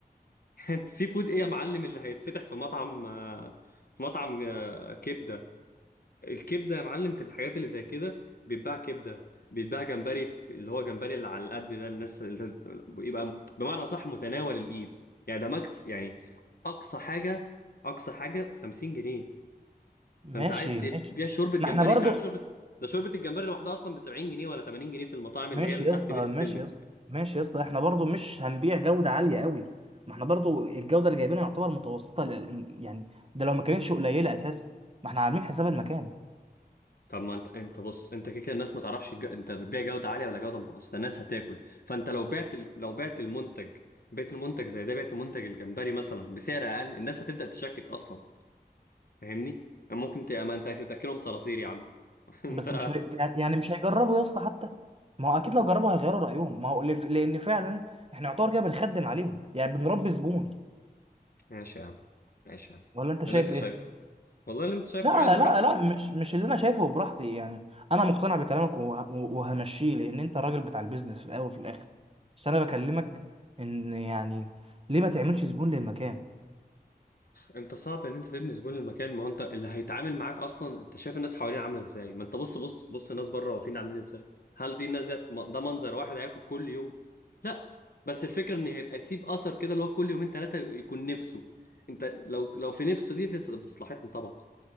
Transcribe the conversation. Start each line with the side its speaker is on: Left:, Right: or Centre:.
Left: <laughs> انت سي فود ايه يا معلم اللي هيتفتح في مطعم اه، في مطعم اه، كبده الكبده يا معلم في الحاجات اللي زي كده بيتباع كبده بيتباع جمبري في اللي هو جمبري اللي على القد ده الناس اللي <laughs> بيبقى بمعنى صح متناول الايد يعني ده ماكس يعني اقصى حاجه اقصى حاجه 50 جنيه
Right: ماشي
Left: فانت عايز تب-
Right: ماشي
Left: تبيع شوربه جمبري
Right: ما احنا برضو
Left: انت عارف شوربه ده شوربه الجمبري لوحدها اصلا ب 70 جنيه ولا 80 جنيه في المطاعم
Right: ماشي
Left: اللي هي اللي
Right: يا
Left: تحت
Right: اسطى
Left: بير السلم
Right: ماشي يا اسطى ماشي يا اسطى احنا برضو مش هنبيع جوده عاليه قوي ما احنا برضو الجوده اللي جايبينها يعتبر متوسطه لأن- يعني ده لو ما كانتش قليله اساسا ما احنا عاملين حساب المكان
Left: طب ما انت انت بص انت كده كده الناس ما تعرفش الج... انت بتبيع جوده عاليه ولا جوده متوسطه الناس هتاكل فانت لو بعت ال... لو بعت المنتج بعت المنتج زي ده بعت منتج الجمبري مثلا بسعر اقل الناس هتبدا تشكك اصلا فاهمني يعني ممكن ت... ما انت تاكلهم صراصير يا عم <laughs> انت
Right: بس مش هي... يعني مش هيجربوا يا اسطى حتى ما هو اكيد لو جربوا هيغيروا رايهم ما هو لف... لان فعلا احنا يعتبر كده بنخدم عليهم يعني بنربي زبون
Left: ماشي يا عم ماشي يا عم
Right: ولا انت شايف
Left: اللي انت
Right: ايه
Left: شايفه والله اللي انت شايفه
Right: لا
Left: عادي براحتك
Right: لا لا مش مش اللي انا شايفه براحتي يعني انا مقتنع بكلامك وه... وهمشيه لان انت الراجل بتاع البيزنس في الاول وفي الاخر بس انا بكلمك ان يعني ليه ما تعملش زبون للمكان
Left: انت صعب ان انت تبني زبون للمكان ما هو انت اللي هيتعامل معاك اصلا انت شايف الناس حواليه عامله ازاي ما انت بص بص بص الناس بره واقفين عاملين ازاي هل دي الناس ذات ده منظر واحد هياكل كل يوم لا بس الفكره ان هيبقى يسيب اثر كده اللي هو كل يومين ثلاثه يكون نفسه انت لو لو في نفسه دي دي تبقى مصلحتنا طبعا